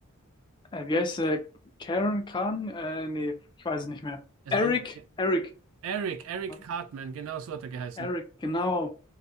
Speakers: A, on the left; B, on the right.
A: Äh, wie heißt der? Karen Khan? Äh, nee, ich weiß es nicht mehr.
B: Es
A: Eric,
B: war nicht
A: Eric.
B: Eric, Eric
A: Warte,
B: Cartman, genau so hat er geheißen.
A: Eric, genau.